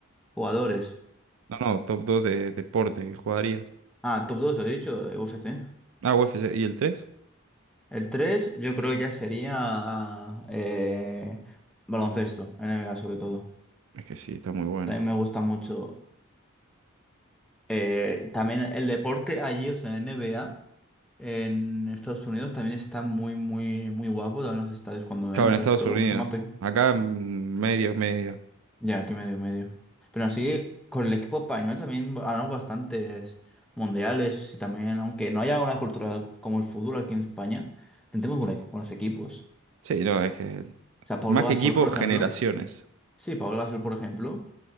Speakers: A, in the centre; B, on the right (about 70°).
A: Jugadores.
B: No, no, top 2 de deporte que jugarías.
A: Ah, top 2 lo he dicho, de UFC.
B: Ah, U F C ¿Y el tres
A: El 3 yo creo que ya sería eh, baloncesto, NBA sobre todo.
B: Es que sí, está muy bueno.
A: También me gusta mucho. eh, también el deporte allí, o sea, NBA, en Estados Unidos también está muy, muy, muy guapo. También los estadios cuando
B: Claro,
A: entras
B: en Estados
A: y todo,
B: Unidos.
A: que son más, pe-
B: Acá mm, medio, medio.
A: Ya, aquí medio, medio. Pero así, con el equipo español también ganamos bastantes mundiales y también, aunque no haya una cultura como el fútbol aquí en España, tenemos buena- buenos equipos.
B: Sí, no, es que
A: O sea, Pablo
B: más que
A: Gasol,
B: equipos,
A: por ejemplo.
B: generaciones.
A: Sí, Pablo Gasol, por ejemplo,